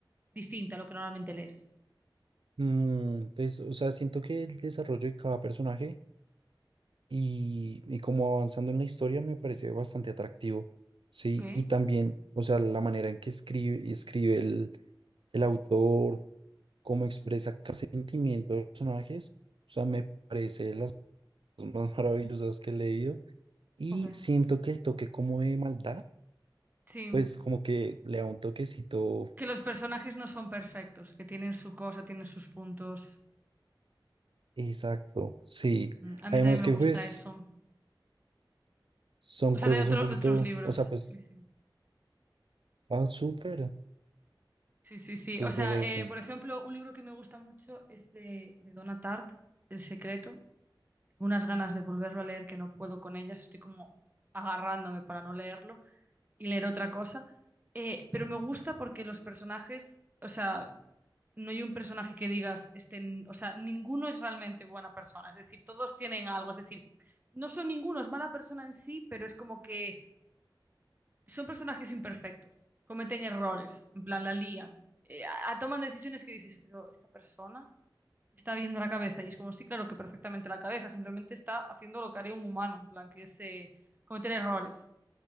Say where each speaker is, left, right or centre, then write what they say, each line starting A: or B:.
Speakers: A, on the right; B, on the right.
A: distinta a lo que normalmente lees?
B: Mm, pues, o sea, siento que el desarrollo de cada personaje y, y como avanzando en la historia me parece bastante atractivo, ¿sí?
A: Ok,
B: Y también, o sea, la manera en que escribe, escribe el, el autor, cómo expresa cada sentimiento de los personajes, o sea, me parece las cosas más <laughs> maravillosas que he leído y
A: jope.
B: siento que el toque como de maldad
A: Sí,
B: Pues como que le da un toquecito
A: que los personajes no son perfectos, que tienen su cosa, tienen sus puntos.
B: exacto, sí.
A: Mm, A
B: Además
A: mí también me
B: que
A: gusta
B: pues
A: eso.
B: son
A: O sea,
B: cosas
A: de otro,
B: un poquito,
A: de otros libros.
B: o sea, pues,
A: Sí, sí.
B: ah, súper,
A: Sí, sí, sí.
B: súper
A: O sea,
B: eso.
A: eh, por ejemplo, un libro que me gusta mucho es de, de Donna Tartt, El secreto. Tengo unas ganas de volverlo a leer que no puedo con ellas, estoy como agarrándome para no leerlo y leer otra cosa. Eh, pero me gusta porque los personajes, o sea, no hay un personaje que digas, este, n- o sea, ninguno es realmente buena persona, es decir, todos tienen algo, es decir, no son ninguno, es mala persona en sí, pero es como que son personajes imperfectos, cometen errores, en plan, la lían, eh, a- a- toman decisiones que dices, pero esta persona está bien de la cabeza. Y es como, sí, claro que perfectamente la cabeza, simplemente está haciendo lo que haría un humano, en plan, que es eh, cometer errores.